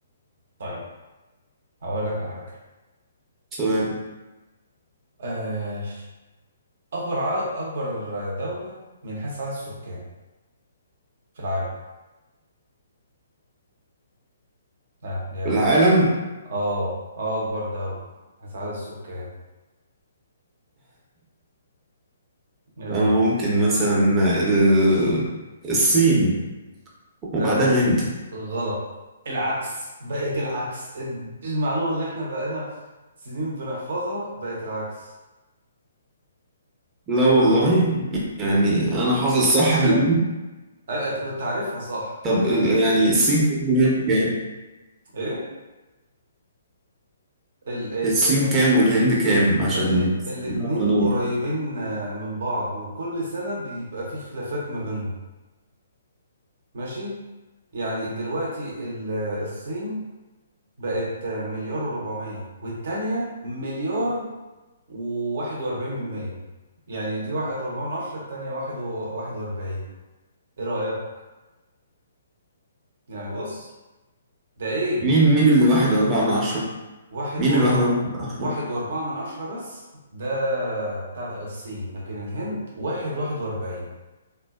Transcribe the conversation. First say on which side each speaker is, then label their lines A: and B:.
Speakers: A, on the right (about 60°); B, on the right (about 25°).
A: طيب هقول لك على حاجة
B: سؤال
A: آه، أكبر ع... أكبر دولة من حيث عدد السكان في العالم ها جاوب
B: العالم
A: بقى اه اه أكبر دولة من حيث عدد السكان يلا
B: ممكن مثلا ال- الصين وبعدها
A: آه،
B: الهند
A: غلط العكس بقت العكس المعلومة اللي احنا بقينا سنين بنحفظها بقت العكس
B: لا والله
A: ايه رأيك؟
B: يعني أنا حافظ صح في الأول
A: أي- انت كنت عارفها صح
B: طب
A: لكن
B: يعني الصين كام والهند كام
A: ايه ال ال
B: الصين كام والهند كام عشان
A: ال
B: بس
A: الاتنين
B: نبقى نور
A: قريبين آه، من بعض وكل سنة بيبقى في خلافات ما بينهم ماشي يعني دلوقتي ال- الصين بقت آه، مليار وربعمية والتانية مليار وواحد وأربعين من مية يعني دي واحد وأربعين من عشرة التانية واحد وواحد وأربعين ايه رأيك؟ يعني بص ده ايه
B: مين مين اللي واحد أربعة من عشرة
A: واحد
B: مين
A: واربعة
B: الواحد أربعة من عشرة
A: واحد واربعة من عشرة بس ده بتاع ده الصين لكن الهند واحد واحد واربعين